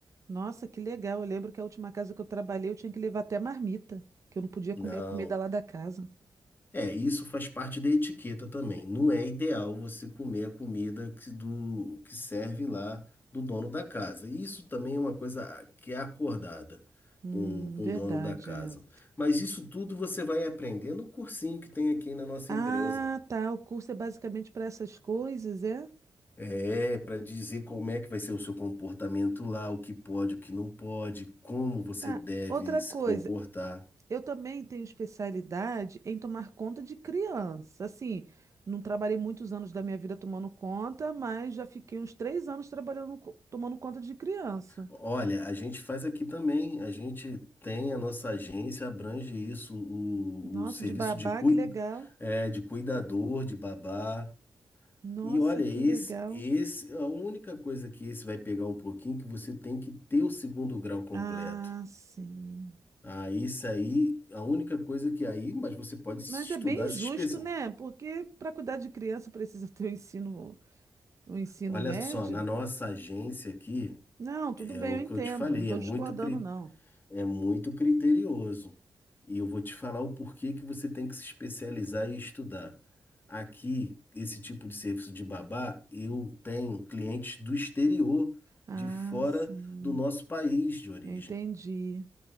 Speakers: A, on the right (about 40°); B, on the left (about 25°).
A: nossa, que legal. Eu lembro que a última casa que eu trabalhei, eu tinha que levar até marmita, que eu não podia
B: Não.
A: comer a comida lá da casa.
B: É, isso faz parte da etiqueta também. Não é ideal você comer a comida que, do, que serve lá do dono da casa. Isso também é uma coisa que é acordada
A: Hum,
B: com, com
A: verdade,
B: o dono da casa.
A: é.
B: Mas isso tudo você vai aprender no cursinho que tem aqui na nossa
A: Ah,
B: empresa.
A: tá. O curso é basicamente para essas coisas, é?
B: É, para dizer como é que vai ser o seu comportamento lá, o que pode, o que não pode, como você
A: Tá.
B: deve
A: Outra
B: se
A: coisa,
B: comportar.
A: eu também tenho especialidade em tomar conta de criança. Assim, não trabalhei muitos anos da minha vida tomando conta, mas já fiquei uns três anos trabalhando, co- tomando conta de criança.
B: Olha, a gente faz aqui também. A gente tem a nossa agência, abrange isso, o,
A: Nossa,
B: o serviço
A: de babá,
B: de, cuid,
A: que legal.
B: é, de cuidador, de babá.
A: Nossa,
B: E olha,
A: que
B: esse,
A: legal.
B: esse, a única coisa que esse vai pegar um pouquinho, é que você tem que ter o segundo grau completo.
A: Ah, sim.
B: Ah, isso aí, a única coisa que aí, mas você pode estudar,
A: Mas é bem
B: se
A: injusto,
B: especializar.
A: né? Porque para cuidar de criança precisa <laughs> ter o ensino, o ensino
B: Olha
A: médio.
B: só, na nossa agência aqui,
A: Não, tudo
B: É
A: bem,
B: o
A: eu entendo.
B: que eu te falei,
A: Não estou
B: é muito,
A: discordando,
B: cri-
A: não.
B: é muito criterioso. E eu vou te falar o porquê que você tem que se especializar e estudar. Aqui, esse tipo de serviço de babá, eu tenho clientes do exterior,
A: Ah,
B: de fora
A: sim.
B: do nosso país de origem.
A: Eu entendi.